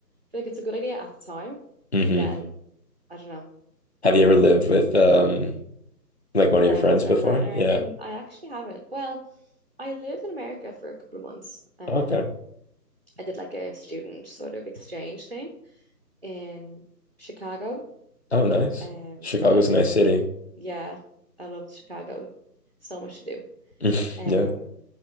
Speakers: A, on the right; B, on the left.
A: feel like it's a good idea at the time,
B: hmm
A: but then I don't know,
B: Have you ever lived with um like one of
A: friends
B: your friends
A: or
B: before?
A: a partner
B: Yeah.
A: and, and I actually haven't. Well, I lived in America for a couple of months. Um,
B: Okay.
A: I did like a student sort of exchange thing in Chicago.
B: Oh, nice.
A: Um,
B: Chicago's
A: I live,
B: a nice city.
A: yeah, I loved Chicago. So much to do.
B: <laughs>
A: Um,
B: Yeah.